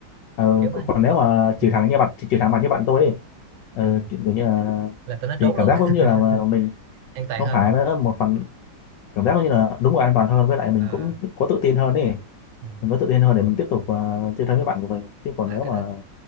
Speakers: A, on the left; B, on the right.
A: ờ,
B: kiểu ấy.
A: còn nếu mà chửi
B: Ừ,
A: thẳng như bạn chửi thẳng mặt như bạn tôi ấy, ờ,
B: ừ.
A: kiểu như là
B: là tôi nó
A: thì
B: trốn luôn
A: cảm giác giống như là mà
B: <laughs>
A: mình
B: an toàn
A: không
B: hơn
A: phải
B: à,
A: nữa một phần cảm giác như là đúng là an toàn hơn với lại mình
B: Ờ,
A: cũng có tự tin hơn ấy
B: ừ.
A: mình có tự tin hơn để mình tiếp tục ờ, chơi thân với bạn của mình chứ còn
B: à
A: nếu
B: cái
A: mà
B: đó